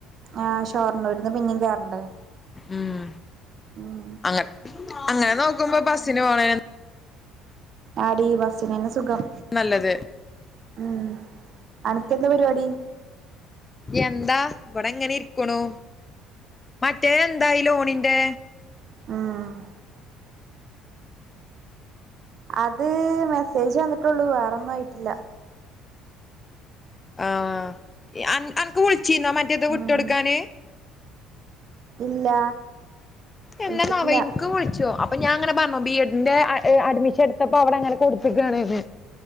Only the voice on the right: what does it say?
ആ ഷോർണൂരിന്ന് പിന്നെയും കേയറണ്ടേ
ഉം
ആടി ബസ്സിന് തന്നെ സുഖം
ഉം അനക്ക് എന്താ പരിപാടി
ആഹ് അത് മെസ്സേജ് വന്നിട്ടുള്ളൂ വേറെ ഒന്നു ഒന്നും ആയിട്ടില്ല
ഉം ഇല്ല
വിളിച്ചിട്ടില്ല